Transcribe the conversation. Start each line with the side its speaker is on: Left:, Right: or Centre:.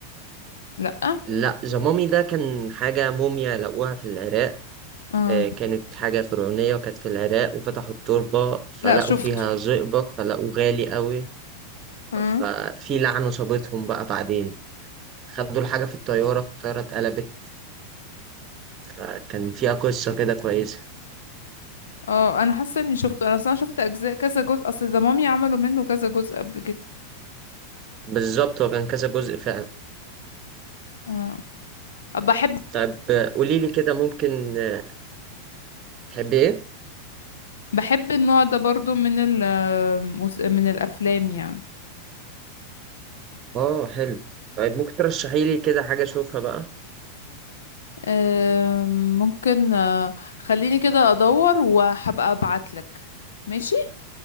Left: لا
Right: لا زمامي ده كان حاجة موميا لقوها في العراق
Left: اه
Right: آه، كانت حاجة فرعونية وكانت في العراق وفتحوا التربة فلقوا
Left: لا شفته
Right: فيها زئبق فلقوه غالي قوي
Left: اه
Right: ففي لعنة صابتهم بقى بعدين خدوا الحاجة في الطيارة في الطيارة اتقلبت فكان فيها قصة كده كويسة
Left: اه انا حاسه اني شفته انا اصلا شفت اجزاء كذا جزء اصل ده مامي عملوا منه كذا جزء قبل كده
Right: بالظبط هو كان كذا جزء فعلا
Left: اه بحب
Right: طيب آه، قوليلي كده ممكن آه، تحبي ايه؟
Left: بحب النوع ده برضو من ال مس- من الافلام يعني
Right: اه حلو طيب ممكن ترشحيلي كده حاجة اشوفها بقى
Left: آم، ممكن آه، خليني كده ادور وهبقى ابعتلك ماشي